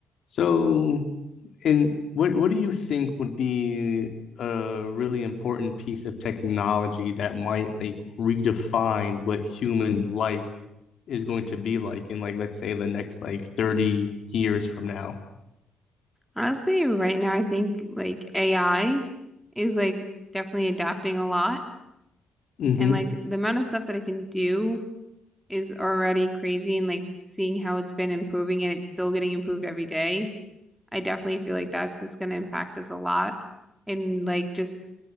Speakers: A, on the left; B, in the centre.
A: So, and what what do you think would be a really important piece of technology that might like redefine what human life is going to be like in like let's say the next like 30 years from now?
B: Honestly, right now I think like AI is like definitely adapting a lot.
A: hmm
B: And like the amount of stuff that I can do is already crazy and like seeing how it's been improving and it's still getting improved every day. I definitely feel like that's just going to impact us a lot and like just